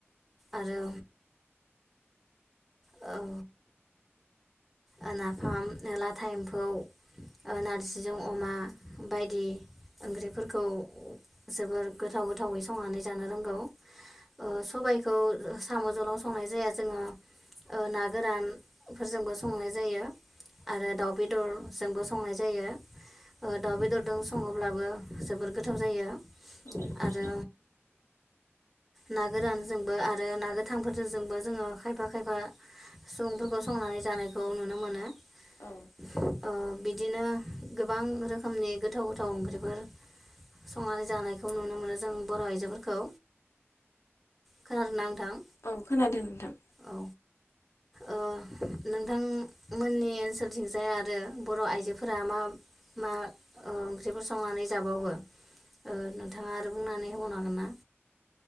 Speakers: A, in the centre; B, on the left.
A: आरो औ ओ नाफाम लाथा एम्फौ ओ नारजिजों अमा बायदि ओंख्रिफोरखौ जोबोर गोथाव गोथावै संनानै जानो रोंगौ ओ सबायखौ साम' जोंल संनाय जाया जोङो ओ ना गोरानफोरजोंबो स संनाय जायो आरो दाउ बेदरजोंबो संनाय जायो। ओ दाव बेददजोंस सङोब्लाबो जोबोर गोथाव जायो।
B: नोंथां
A: आरो ना गोरानजोंबो आरो ना गोथांफोरजोंबो जोङो खायफा खायफा सुबुंफोरखौ संनानै जानायखौ नुनो मोनो। ओ
B: औ
A: बिद दिनो गोबां रोखोमनि गोथाव गोथाव ओंख्रिफोर संनानै जानायखौ नुनो मोनो जों बर' आइजोफोरखौ। खोनादों ना नोंथां?
B: औ खोनादों नोंथां
A: औ ओ नोंथांमोननि ओनसोलथिंजाय आरो बर' आइजोफोरा मा मा ओ ओंख्रिफोर संनानै जाबावो ओ नोंथाङा आरो बुंनानै होबावनो हागोन ना?